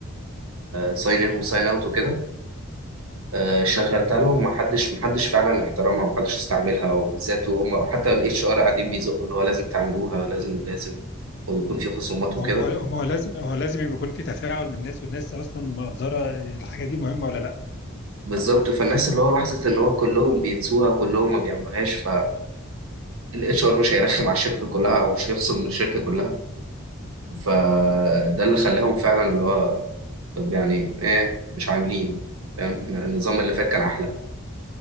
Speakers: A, on the right (about 80°); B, on the left (about 50°).
A: ساين ان وساين اوت وكده آه شغلتها
B: مم.
A: لهم محدش محدش فعلا احترمها ومحدش استعملها وبالذات وهم حتى الاتش ار قاعدين بيزقوا اللي هو لازم تعملوها لازم لازم وبيكون في خصومات وكده
B: ما هو ما هو ما هو لازم هو لازم يبقى يكون في تفاعل من الناس والناس اصلا مقدره الحاجه دي مهمه ولا لا
A: بالظبط فالناس اللي هو لاحظت ان هو كلهم بينسوها وكلهم ما بيعملوهاش فالاتش ار مش هيرخم على الشركه كلها او مش هيخصم من الشركه كلها فده اللي خلاهم فعلا اللي هو طب يعني ايه مش عاملين فاهم احنا النظام اللي فات كان احلى